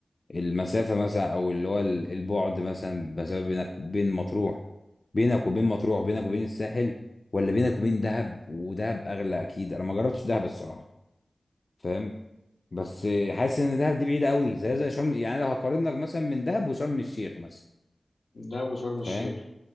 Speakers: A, on the left; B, on the left.
A: المسافة مثلا أو اللي هو ال- البعد مثلا مسافة بينك بين مطروح بينك وبين مطروح بينك وبين الساحل ولا بينك وبين دهب ودهب أغلى أكيد أنا ما جربتش دهب الصراحة فاهم بس حاسس إن دهب دي بعيدة قوي زي زي شرم يعني لو هقارن لك مثلا من دهب وشرم الشيخ مثلا
B: دهب وشرم
A: فاهم
B: الشيخ